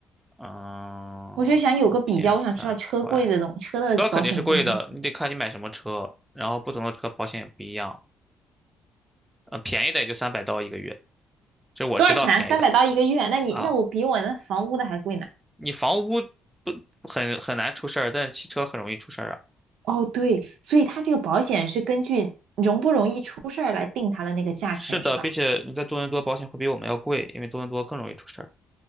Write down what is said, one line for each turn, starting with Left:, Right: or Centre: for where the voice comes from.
Centre: 嗯，
Right: 我就想有个比较，
Centre: 一天三块，
Right: 我想知道车贵的东，车的保险贵
Centre: 车肯定是贵的，
Right: <laughs>
Centre: 你得看你买什么车，然后不同的车保险也不一样。呃，便宜的也就三百刀一个月，这是我知道便宜的
Right: 多少钱啊？三百刀一个月，那你那我比我那房屋的还贵呢。
Centre: 啊。你房屋不很很难出事儿，但是汽车很容易出事儿啊。
Right: 哦，对，所以它这个保险是根据容不容易出事儿来定它的那个价钱，
Centre: 是的，
Right: 是吧？
Centre: 并且你在多伦多保险会比我们要贵，因为多伦多更容易出事儿。